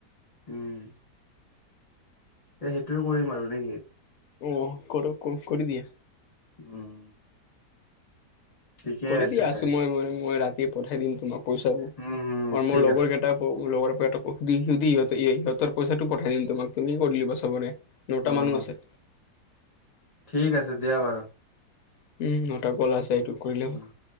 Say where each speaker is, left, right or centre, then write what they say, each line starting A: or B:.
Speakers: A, on the left; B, on the left.
A: উম। তে সেইটোৱে কৰিম আৰু নেকি?
B: অ কৰ কৰি দিয়া।
A: উম ঠিকে
B: কৰি
A: আছে
B: দিয়া আছোঁ
A: তে
B: মই মই মই ৰাতিয়ে পঠাই দিম তোমাক পইচাবোৰ।
A: উম, উম,
B: আৰু মোৰ
A: ঠিক
B: লগৰ
A: আছে
B: কেইটা কওঁ লগৰকেইটা অ সি সহঁত সিহঁতৰব পইচাটো পঠাই দিম তোমাক, তুমি কৰি তুলিবা চবৰে নটা
A: উম,
B: মানুহ
A: উম,
B: আছে।
A: ঠিক আছে দিয়া বাৰু।
B: উম নটা গল আছে, এইটো কৰিলে
A: উম,
B: হ'ল।